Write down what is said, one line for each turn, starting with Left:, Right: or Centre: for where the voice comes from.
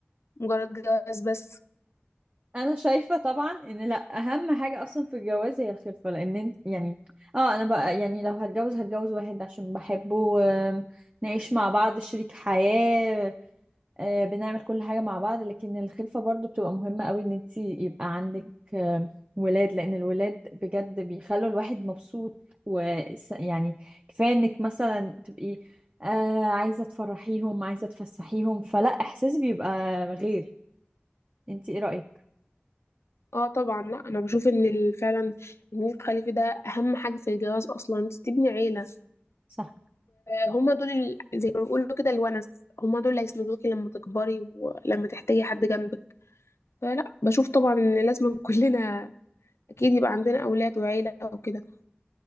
Left: مجرد جواز بس
Right: انا شايفه طبعا ان لا اهم حاجه اصلا في الجواز هي الخلفه لان انت- يعني اه انا بقى يعني لو هتجوز هتجوز واحد عشان بحبه آم، نعيش مع بعض شريك حياه آه، بنعمل كل حاجه مع بعض لكن الخلفه برضو بتبقى مهمه قوي ان انت يبقى عندك آم، ولاد لان الولاد بجد بيخلوا الواحد مبسوط ويعني كفايه انك مثلا تبقي آه عايزه تفرحيهم عايزه تفسحيهم فلا احساس بيبقى غير انت ايه رايك
Left: اه طبعا لأ انا بشوف ان ال- فعلا ان انت تخلفي ده اهم حاجة في الجواز اصلا انت تبني عيلة
Right: صح
Left: وهما دول ال- زي ما بيقولوا كده الونس هما دول اللي هيسندوكي لما تكبري ولما تحتاجي حد جنبك فلا بشوف طبعا ان لازم <laughs> كلنا اكيد يبقى عندنا اولاد وعيلة وكده